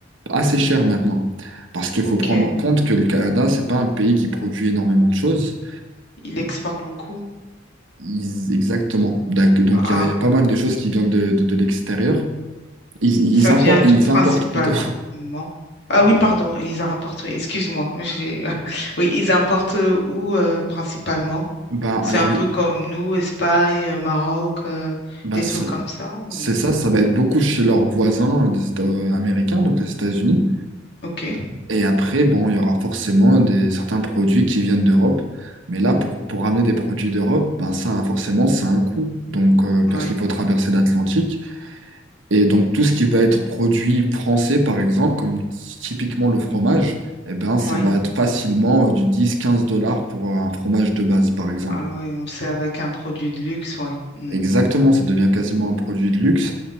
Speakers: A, on the right; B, on the left.
A: assez cher maintenant. Parce qu'il
B: Ok.
A: faut prendre en compte que le Canada, c'est pas un pays qui produit énormément de choses.
B: Il exporte beaucoup.
A: Ils- exactement. D'ac- Donc,
B: Ah,
A: il y, a il y a pas mal de choses qui viennent de, de, de l'extérieur. Ils,
B: Ça
A: ils importent,
B: vient d'où
A: ils
B: principalement?
A: importent plutôt.
B: Ah
A: <laughs>
B: oui, pardon, ils importent, oui, excuse-moi. <laughs> j'ai- <laughs> Oui, ils importent où euh, principalement?
A: Bah alors,
B: C'est un peu comme nous, Espagne, Maroc, euh,
A: bah
B: des
A: ça-
B: trucs comme ça ou...
A: c'est ça, ça va être beaucoup chez leurs voisins euh, des États- euh, américains, donc les États-Unis.
B: Ok,
A: Et après, bon, il y aura forcément des, certains produits qui viennent d'Europe. Mais là, pour, pour ramener des produits d'Europe, ben ça, hein, forcément, ça a un coût. Donc, euh,
B: ouais,
A: parce qu'il faut traverser l'Atlantique. Et donc, tout ce qui va être produit français, par exemple, comme typiquement le fromage, eh ben, ça
B: ouais.
A: va être facilement euh, du dix, quinze dollars pour euh, un fromage de base, par exemple.
B: Ah oui, c'est avec un produit de luxe, ouais. Mm.
A: Exactement, ça devient quasiment un produit de luxe.